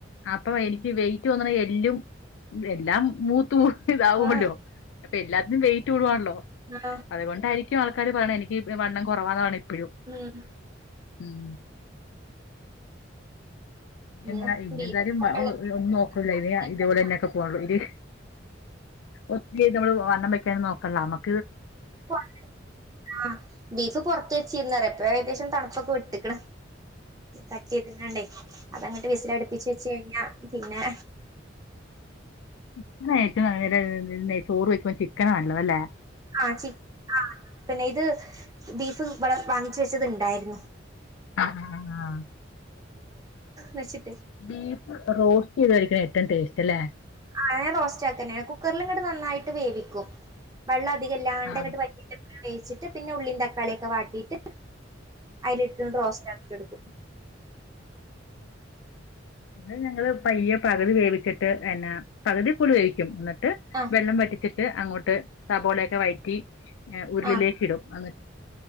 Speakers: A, on the left; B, on the right.
A: അപ്പ എനിക്ക് വെയിറ്റ് വന്നണെ എല്ലും എല്ലാം മൂത്ത മൂ ഇതാവല്ലോ
B: ആ
A: ഇപ്പൊ എല്ലാത്തിനും വെയിറ്റ് കടുവാണല്ലോ
B: ആ
A: അതുകൊണ്ടായിരിക്കും ആൾക്കാര് പറയണം എനിക്ക് വണ്ണം കുറവാന്നാണ് ഇപ്പോഴും
B: ഉം
A: ഉം
B: പിന്നെ
A: എന്ത ഇനി
B: ബീഫ്
A: എന്തായും ഒന്നും നോക്കൂ
B: വെള്ളത്തിൽ
A: ഇല്ല ഇതേപോലെന്നെക്കെ പോള്ളൂ ഇല് ഒത്തിരി നമ്മള് വണ്ണം വെക്കന്ന് നോക്കണ്ട നമ്മക്ക്
B: ഫ ആ ബീഫ് പൊറത്ത് വെച്ചിരുന്നതാ എപ്പൊ ഏകശം തണുപ്പ- ഇപ്പൊക്കെ വിട്ടക്കണം കട്ട് ചെയ്ത്ണ്ടേ അതങ്ങോട്ട് വിസില അടുപ്പി വെച് കഴിഞ്ഞ- പിന്നെ
A: ചിക്കനായിട്ട് ചോറ് വെക്കുമ്പ ചിക്കനാ നല്ലത് അല്ലേ
B: ആ ആ പിന്നെ ഇത് ബീഫ് വാങ്ങിച്ച വെച്ചത് ഇണ്ടായിരുന്നു
A: ആഹ ആഹ
B: നശി -
A: ബീഫ് റോസ്റ്റ് ചെയ്ത കഴിക്കണ ഏറ്റവും ടേസ്റ്റ് അല്ലേ
B: ആ ഞാൻ റോസ്റ്റ് ആക്ക കുക്കറിലും ഇങ്ങട്ട നന്നായിട്ട് വേവിക്കും വെള്ളം അധികംല്ലാണ്ടങ്ങോട്ട്
A: ആ,
B: വ വേിച്ചിട്ട് പിന്നെ ഉള്ളീൻ തക്കാളിയൊക്കെ വാട്ടിട്ട്- അതില ഇട്ടൊണ്ട് റോസ്റ്റ് ആക്കിട്ട എടുക്കും <inaudible>
A: അത് ഞങ്ങള് പയ്യെ പകുതി വേവിച്ചിട്ട് എന്നെപകുതിൽക്കൂടി വേവിക്കും എന്ന്-
B: ആഹ്
A: വെള്ളം വറ്റിച്ചിട്ട് അങ്ങോട്ട് സവോളൊക്കെ വയറ്റി ഉരുളിലേക്ക്
B: ആഹ്
A: ഇടും അ്-